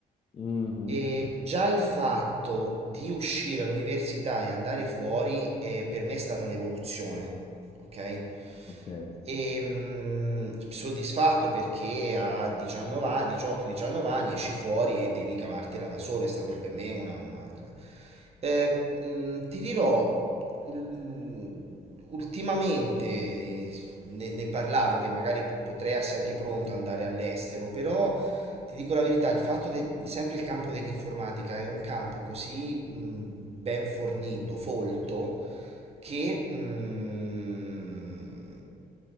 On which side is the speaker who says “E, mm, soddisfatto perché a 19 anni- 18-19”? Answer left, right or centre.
Right